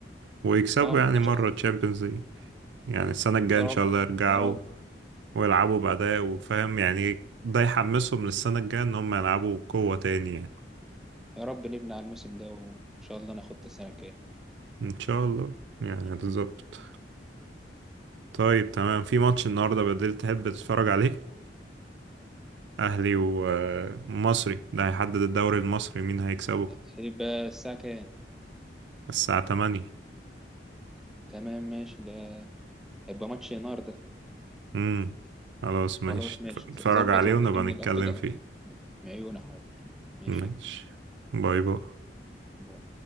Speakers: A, on the right; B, in the centre.
A: ويكسبوا
B: اه من
A: يعني
B: 11
A: مرة
B: سنة
A: تشامبيونز ليج يعني السنة الجاية
B: يا
A: إن
B: رب
A: شاء الله يرجعوا
B: يا رب
A: ويلعبوا بأداء وفاهم يعني ده يحمسهم للسنة الجاية إن هم يلعبوا بقوة تاني يعني
B: يا رب نبني على الموسم ده وان شاء الله ناخد السنة الجاية ان
A: إن شاء الله يعني
B: شاء
A: بالظبط
B: الله
A: طيب تمام في ماتش النهاردة بالليل تحب تتفرج عليه أهلي ومصري ده هيحدد الدوري المصري مين هيكسبه
B: هيبقى الساعة كام
A: الساعة تمانية
B: تمام ماشي ده هيبقى ماتش نار ده
A: امم خلاص ماشي
B: خلاص ماشي
A: اتفرج
B: ظبط
A: عليه
B: وكلمني
A: ونبقى نتكلم
B: لو كده
A: فيه
B: عيوني حاضر ماشي
A: ماشي
B: يا
A: باي باي
B: كبير